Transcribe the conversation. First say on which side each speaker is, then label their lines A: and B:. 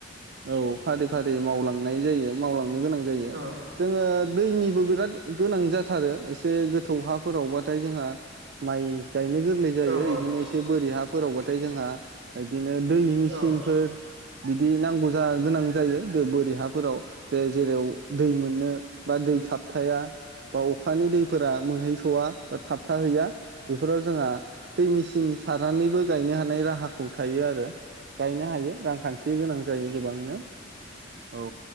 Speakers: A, on the right; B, on the right.
A: औ फारि फारि मावलां नाय जायो मावलांनो गोनां जायो
B: औ
A: जोङो दैनिबो बिराद गोनां जा थारो एस से गोथौ हाफोरावबाथाय जोंहा माइ गायनो गोरलै जायो
B: औ
A: बिदिनो
B: औ
A: एसे बोरि हा फोरावबाथाय जोंहा इदि नो दै मेसिनफोर
B: औ
A: <unintelligible> बि नांगौ जा गोनां जायो बो बोरि हा फोराव जे जेराव दै मोननो बा दै थाबथाया बा अखानि फोरा मोनहैस'वा बा थाबथाहैया। बेफोराव जोंहा दै मेचिन सारनानैबो गायनो हानाय राहाखौ थायो आरो। गायनो हायो रांखान्थि गोनां जायो गोबांनो औ